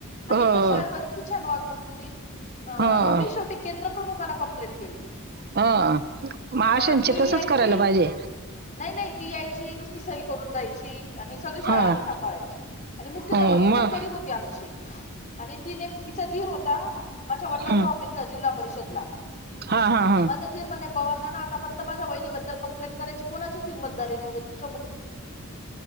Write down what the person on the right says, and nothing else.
हं,
हं,
हं. मग अशांचे
तसंच
करायला पाहिजे.
हं,
हं,
मग
हं.
हां, हां, हां.